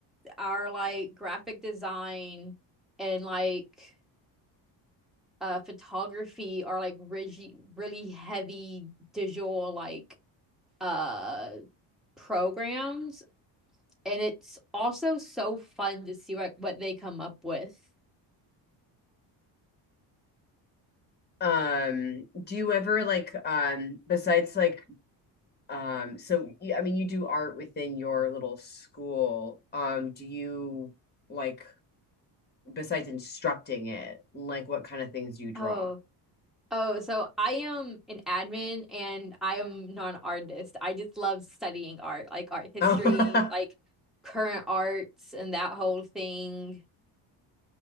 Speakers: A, in the centre; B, on the left.
A: our like graphic design and like uh photography are like really really heavy digital like uh programs. And it's also so fun to see what, what they come up with.
B: Um, do you ever like um besides like um so y- I mean you do art within your little school. Um, do you like besides instructing it, like what kind of things you draw?
A: Oh, oh, so I am an admin and I am not an artist. I just love studying art, like art history,
B: <laughs> Oh.
A: like current arts and that whole thing.